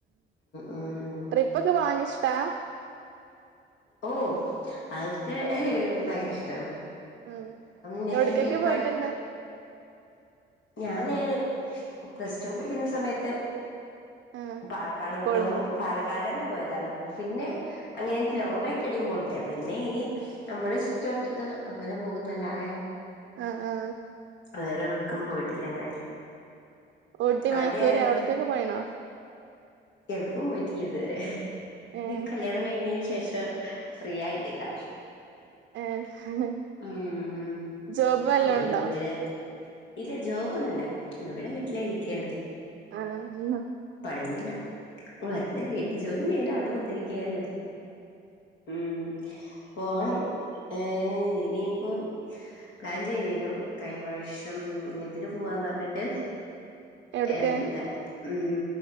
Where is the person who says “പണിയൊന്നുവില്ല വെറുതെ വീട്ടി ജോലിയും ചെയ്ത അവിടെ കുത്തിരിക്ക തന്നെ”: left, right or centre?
Left